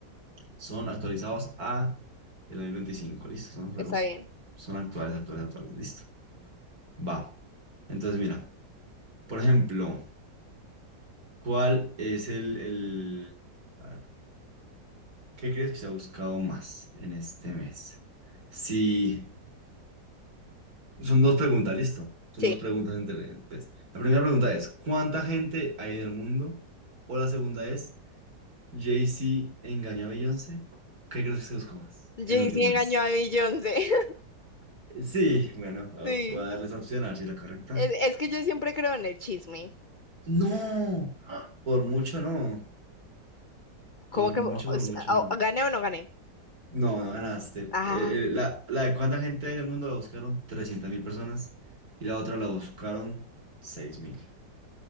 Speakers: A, on the right; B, on the left.
A: son actualizados a el dos mil veinticinco Listo, son juegos,
B: Está bien.
A: son actuales, actuales, actuales. Listo. Va. Entonces, mira, por ejemplo, ¿cuál es el, el... a ver, ¿qué crees que se ha buscado más en este mes? Si son dos preguntas, listo. Son
B: Sí.
A: dos preguntas entre... Entonces, la primera pregunta es, ¿cuánta gente hay en el mundo? O la segunda es, ¿Jay-Z engañó a Beyoncé? ¿Qué crees que se buscó más
B: Jay-Z
A: en el último mes?
B: engañó a Beyoncé. <laughs>
A: Sí, bueno, ah,
B: Sí.
A: voy a darles opción a ver si es la correcta.
B: Es, es que yo siempre creo en el chisme.
A: No, por mucho no,
B: ¿Cómo
A: por
B: que
A: mucho,
B: o
A: por
B: sea,
A: mucho no.
B: o- gané o no gané?
A: No, no ganaste.
B: Ah,
A: Eh, eh, la, la de cuánta gente hay en el mundo la buscaron trescientas mil personas y la otra la buscaron seis mil.